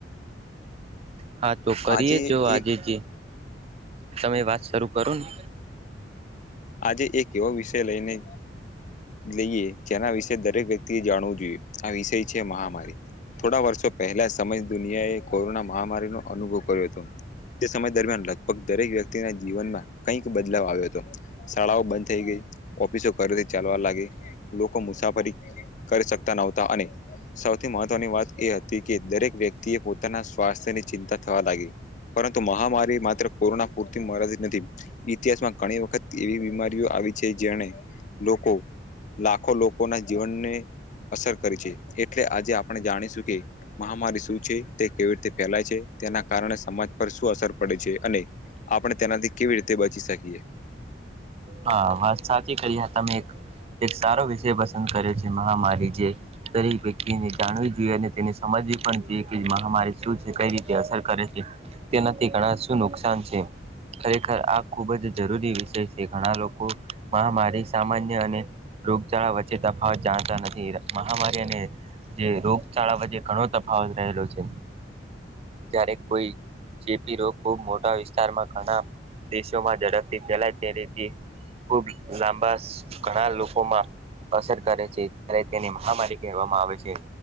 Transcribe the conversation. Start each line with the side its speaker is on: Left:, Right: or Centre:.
Right: હા તો કરીએે
Left: આજે
Right: જો આજે
Left: એક
Right: જે તમે વાત શરૂ કરો ને
Left: આજે એક એવો વિષય લઈ ને લઈએ જેના વિશે દરેક વ્યક્તિએ જાણવું જોઈએ આ વિષય છે મહામારી થોડા વર્ષો પહેલા સમય દુનિયાએ કોરોના મહામારીનો અનુભવ કર્યો હતો. તે સમય દરમિયાન લગભગ દરેક વ્યક્તિના જીવનમાં કંઈક બદલાવ આવ્યો હતો. શાળાઓ બંધ થઈ ગઈ ઓફિસો ઘરેથી ચાલવા લાગી લોકો મુસાફરી કરી સકતા નોવતા અને સૌથી મહત્વની વાત એ હતી કે દરેક વ્યક્તિ એ પોતાના સ્વાસ્થ્યની ચિંતા થવા લાગી પરંતુ મહામારી માત્ર કોરોના પૂરતી મળ્યાથી નથી ઇતિહાસમાં ઘણી વખત એવી બીમારીઓ આવી છે જેને લોકો લાખો લોકોના જીવનને અસર કરી છે એટલે આજે આપણે જાણીશું કે મહામારી શું છે તે કેવી રીતે ફેલાય છે. તેના કારણે સમાજ પર શું અસર પડે છે અને આપણે તેનાથી કેવી રીતે બચી શકીએ.
Right: હા વાત સાચી કરી તમે એક એક સારો વિચાર પસંદ કરે છે મહામારી જે દરેક વ્યક્તિને જાણવી જોઈએ અને તેને સમજવી પણ એ કે મહામારી શું છે. કઈ રીતે અસર કરે છે. તેનાથી ઘણા શું નુકસાન છે. ખરેખર આ ખૂબ જ જરૂરી વિષય છે. ઘણા લોકો મહામારી સામાન્ય અને રોગચાળા વચ્ચે તફાવત જાણતા નથી. મહામારી અને જે રોગચાળા વચ્ચે ઘણો તફાવત રહેલો છે. જ્યારે કોઈ ચેપી રોગોને ખૂબ મોટા વિસ્તારમાં ઘણાં દેશોમાં ઝડપથી ફેલાય ત્યારે થી ખુબ લાંબા ઘણા લોકોમાં. અસર કરે છે. ત્યારે તેની મહામારી કહેવામાં આવે છે.